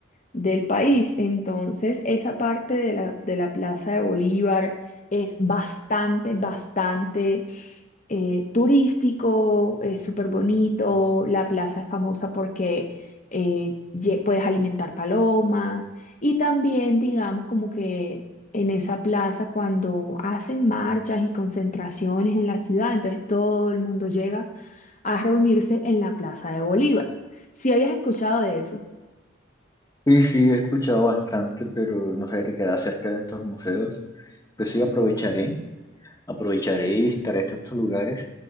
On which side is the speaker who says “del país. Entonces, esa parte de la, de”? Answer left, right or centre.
Left